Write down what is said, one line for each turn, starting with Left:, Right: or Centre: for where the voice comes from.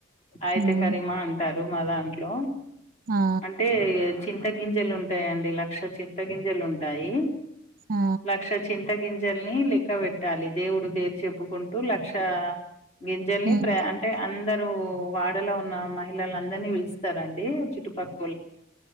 Left: అయితే
Right: ఉమ్
Left: కరీమా అంటారు మా దాంట్లో
Right: ఆ
Left: అంటే చింత గింజలు ఉంటాయంండి లక్ష చింత గింజలు ఉంటాయి
Right: ఆ
Left: లక్ష చింత గింజల్ని లెక్క పెట్టాలి దేవుడు పేరు చెప్పుకుంటూ లక్ష ఆ గింజల్ని
Right: ఉమ్
Left: ప్రయ అంటే అందరు వాడలో ఉన్న మహిళలు అందరినీ పిలుస్తారండి చుట్టుపక్క